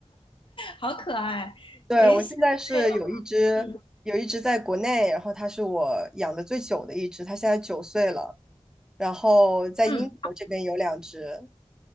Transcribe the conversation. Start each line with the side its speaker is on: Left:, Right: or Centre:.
Left: 好可爱。
Centre: 对，
Left: 诶，
Centre: 我现在是有一只，
Left: 现在嗯
Centre: 有一只在国内，然后它是我养的最久的一只，它现在九岁了。然后在英国这边有两只
Left: 嗯